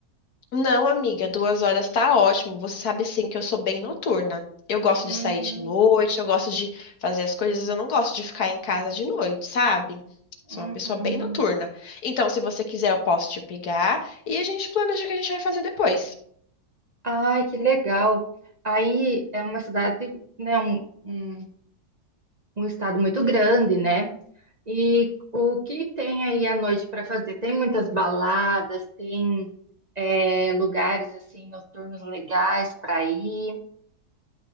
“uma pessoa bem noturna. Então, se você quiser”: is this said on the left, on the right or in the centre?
Left